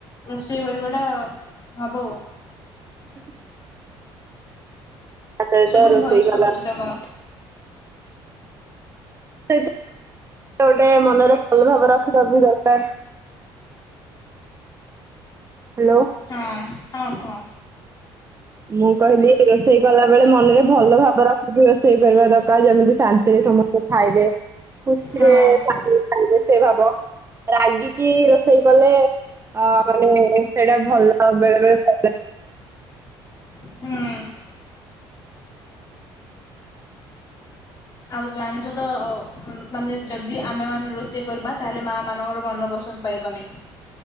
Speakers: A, on the left (about 35°); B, on the right (about 25°).
A: ରୋଷେଇ କରିବା ଟା ହବ।
B: ହ ଆଉ ସେଇଟା‌
A: ଶୁଭୁନି
B: ରୋଷେଇ
A: ଭଏସ
B: ଗଲା।
A: କଟୁଛି ତମର
B: ସେ ଗୋଟେ ମନରେ ଭଲ ଭାବ ରଖିବା ବି ଦରକାର। ହାଲୋ।
A: ହଁ ହଁ କୁହ।
B: ମୁଁ କହିଲି ରୋଷେଇ କଲା ବେଳେ ମନରେ ଭଲ ଭାବ ରଖିକି ରୋଷେଇ କରିବା ଦରକାର।। ଯେମିତି ଶାନ୍ତିରେ ସମସ୍ତେ ଖାଇବେ ଖୁସିରେ
A: ହଁ
B: ଖାଇ <unintelligible> ରାଗିକି ରୋଷେଇ କଲେ ଆ ମାନେ ସେଇଟା ଭଲ ବେଳେ ବେଳେ।
A: ହୁଁ। ଆଉ ଜାଣିଛ ତ ଉଁ ମାନେ ଯଦି ଆମେ ମାନେ ରୋଷେଇ କରିବା ତାହେଲେ ମା ମାନଙ୍କର ମନ ପସନ୍ଦ। ପାଇବନି